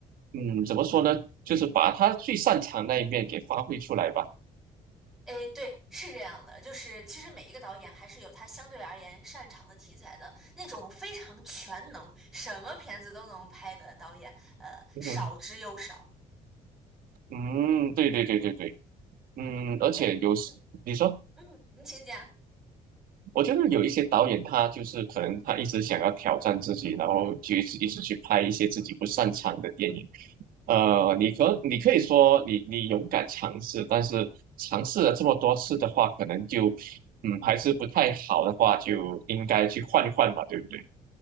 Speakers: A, on the right; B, in the centre.
A: 嗯，怎么说呢，就是把他最擅长那一面给发挥出来吧。
B: 诶，对，是这样的，就是其实每一个导演还是有他相对而言擅长的题材的。那种非常全能，什么片子都能拍的导演，呃，
A: 嗯
B: 少之又少。
A: 嗯，对对对对对，嗯，而且有时你说。
B: 哎，嗯嗯，你请讲。
A: 我觉得有一些导演，他就是可能他一直想要挑战自己，然后就一直一直去拍一些自己不擅长的电影。呃，你可你可以说你你勇敢尝试，但是尝试了这么多次的话，可能就嗯还是不太好的话，就应该去换一换吧，对不对？